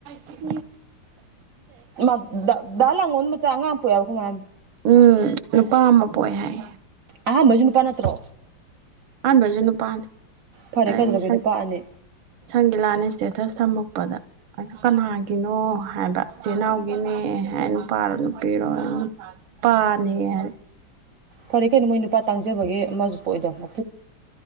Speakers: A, on the right; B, on the right.
A: ꯁꯤꯛ
B: ꯑꯉ ꯃꯉꯥꯡꯎ ꯃꯃꯦ
A: ꯎꯝ ꯅꯨꯄꯥ ꯑꯃ ꯄꯣꯛ ꯍꯥꯏ
B: ꯑꯍꯥꯟꯕꯩꯁꯨ ꯅꯨꯄꯥ ꯅꯠꯇ꯭ꯔꯣ
A: ꯑꯍꯥꯟꯕꯩꯁꯨ ꯅꯨꯄꯥꯅꯤ
B: ꯐꯔꯦ
A: ꯑꯩ
B: ꯀꯩꯗꯧꯔꯒꯦ
A: ꯁ
B: ꯅꯨꯄꯥ ꯑꯅꯤ
A: ꯁꯪꯒꯤ ꯂꯥꯟꯅꯁꯤꯦ ꯊ ꯁꯝꯃꯛꯄꯗ ꯑ ꯀꯅꯥꯒꯤꯅꯣ ꯍꯥꯏꯕ ꯏꯆꯤꯜ ꯏꯅꯥꯎꯒꯤꯅꯦ ꯍꯥꯏ ꯅꯨꯄꯥꯔꯣ ꯅꯨꯄꯤꯔꯣ ꯄꯅꯦꯔ
B: ꯐꯔꯦ ꯀꯩꯅꯣ ꯃꯣꯏ ꯅꯨꯄꯥ ꯇꯥꯡꯖꯕꯒꯤ ꯑꯃꯁꯨ ꯄ ꯑꯣꯏꯗꯕ